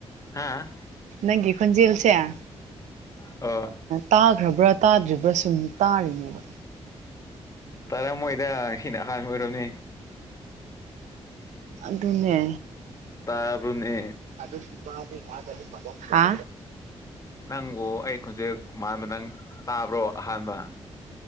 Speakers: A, on the left; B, on the right.
A: ꯍꯥꯥ
B: ꯅꯪꯒꯤ ꯈꯣꯟꯖꯦꯜꯁꯦ ꯑꯣ
A: ꯑꯣ
B: ꯇꯥꯈ꯭ꯔꯕ꯭ꯔꯥ ꯇꯥꯗ꯭ꯔꯤꯕ꯭ꯔꯥ ꯁꯨꯝ ꯇꯥꯔꯤꯅꯦꯕ
A: ꯇꯥꯔꯝꯃꯣꯏꯗ ꯁꯤꯅ ꯑꯍꯥꯟꯕ ꯑꯣꯏꯔꯝꯅꯤ
B: ꯑꯗꯨꯅꯦ
A: ꯇꯥꯕꯅꯦ
B: ꯑꯗꯨ <unintelligible> ꯍꯥ
A: ꯅꯪꯕꯨ ꯑꯩ ꯈꯨꯣꯟꯖꯦꯜ ꯃꯥꯟꯕ ꯅꯪ ꯇꯥꯕ꯭ꯔꯣ ꯑꯍꯥꯟꯕ